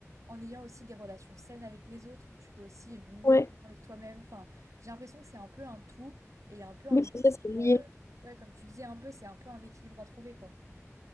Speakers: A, on the right (about 75°); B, on the left (about 60°).
A: en ayant aussi des relations saines avec les autres, tu peux aussi mieux
B: ouais,
A: vivre avec toi-même. Enfin, j'ai l'impression que c'est un peu un tout et il y a un peu un
B: oui,
A: équilibre.
B: c'est ça, c'est lié.
A: euh, ouais, comme tu disais, un peu, c'est un peu un équilibre à trouver, quoi.